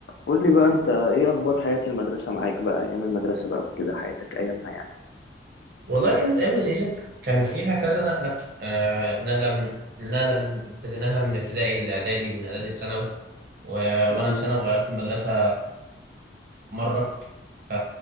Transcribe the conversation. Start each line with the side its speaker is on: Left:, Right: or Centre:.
Left: قول لي بقى انت ايه اخبار حياة المدرسة معاك بقى ايام المدرسة بقى وكده حياتك ايامها يعني
Right: والله كانت أيام لذيذة كان فيها كذا نقلة آه نقلة من النقلة اللي ابتديناها من ابتدائي لإعدادي ومن إعدادي لثانوي و...
Left: بز-
Right: وأنا في ثانوي غيرت المدرسة مرة ف...